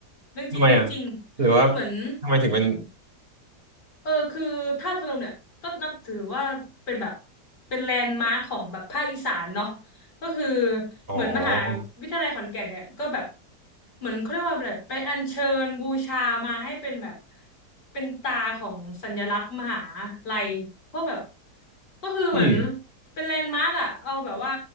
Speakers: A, on the left; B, on the right.
A: เรื่องจริงเรื่องจริง
B: ทำไมอ่ะหรือว่า
A: เหมือน
B: ทำไมถึงเป็น
A: เออคือธาตุพนมเนี่ยก็นับถือว่าเป็นแบบเป็นแลนด์มาร์คของแบบภาคอีสานเนาะก็คือ
B: อ๋อ
A: เหมือนมหาวิทยาลัยขอนแก่นเนี่ยก็แบบเหมือนเขาเรียกว่าแบบไปอัญเชิญบูชามาให้เป็นแบบเป็นตาของสัญลักษณ์มหาลัยเพราะแบบก็คือเหมือน
B: อืม
A: เป็นแลนด์มาร์คอะเอาแบบว่า